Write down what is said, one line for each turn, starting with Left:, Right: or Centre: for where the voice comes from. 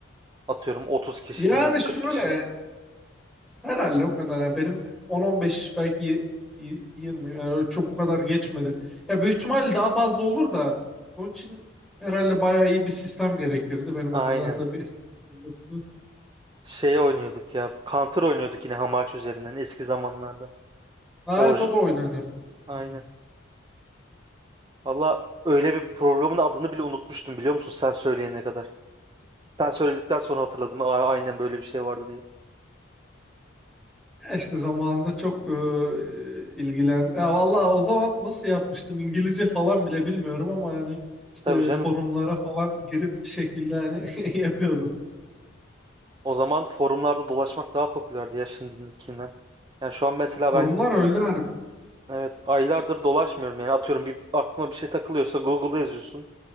Right: Atıyorum 30 kişi,
Centre: Yani
Right: 20-40
Centre: şöyle
Right: kişi.
Centre: Herhalde o kadar. Yani benim 10-15 belki y- y- 20 yani öyle çok o kadar geçmedi. Ya büyük ihtimal daha fazla olur da onun için herhalde bayağı iyi bir sistem gerekirdi. Benim
Right: Aynen.
Centre: o kadar da bir <laughs> yoktu.
Right: Şey oynuyorduk ya. Counter oynuyorduk yine Hamachi üzerinden eski zamanlarda.
Centre: Gayet
Right: Orj
Centre: o da oynanıyor.
Right: Aynen.
Centre: Hmm.
Right: Valla öyle bir programın adını bile unutmuştum biliyor musun sen söyleyene kadar. Sen söyledikten sonra hatırladım. "Aa, Aynen böyle bir şey vardı diye.
Centre: Ya işte zamanında çok e, ilgilen. Ya vallahi o zaman nasıl yapmıştım İngilizce falan bile bilmiyorum ama hani işte
Right: Tabii canım.
Centre: forumlara falan girip bir şekilde hani <laughs> yapıyordum.
Right: O zaman forumlarda dolaşmak daha popülerdi ya şimdikinden. Yani şu an mesela
Centre: Forumlar
Right: ben
Centre: öldü harbiden.
Right: evet aylardır dolaşmıyorum. Yani atıyorum bir aklıma bir şey takılıyorsa Google'a yazıyorsun.